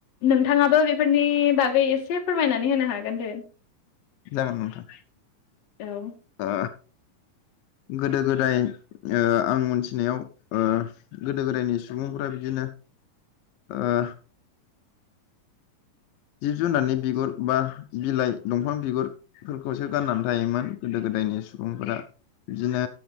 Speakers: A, on the left (about 55°); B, on the left (about 85°).
A: नोंथाङाबो बेफोरनि बागै एसे फोरमायनानै होनो हागोन दे।
B: दा जागोन नोंथां
A: औ
B: ओ गोदो गोदाय आं मोनथिनायाव। गोदो गोदायनि सुबुंफ्रा बिदिनो ओ जिब जुनारनि बिगुर बा बिलाइ दंफां बिगुर फोरखौसो गाननानै थायोमोन गोदो गोदायनि सुबुंफोरा ओ बिदिनो